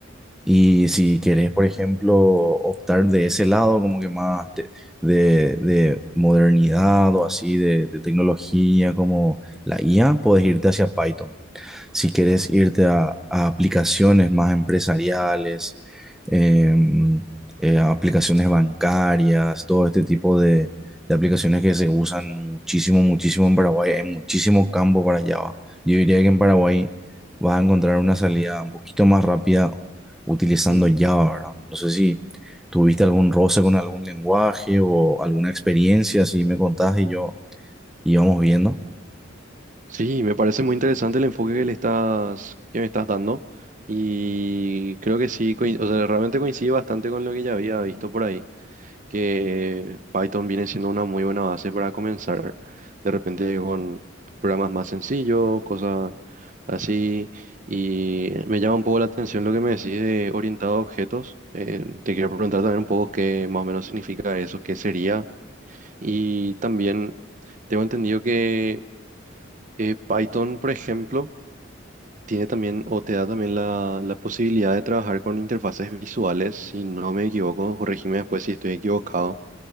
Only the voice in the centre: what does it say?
Y si querés, por ejemplo, optar de ese lado, como que más te- de, de modernidad o así, de, de tecnología como la IA, podés irte hacia Python. Si querés irte a, a aplicaciones más empresariales, em, eh, a aplicaciones bancarias, todo este tipo de, de aplicaciones que se usan muchísimo, muchísimo en Paraguay, hay muchísimo campo para Java. Yo diría que en Paraguay vas a encontrar una salida un poquito más rápida utilizando
Java, ¿verdad? No sé si tuviste algún roce con algún lenguaje o alguna experiencia, si me contás y yo íbamos viendo.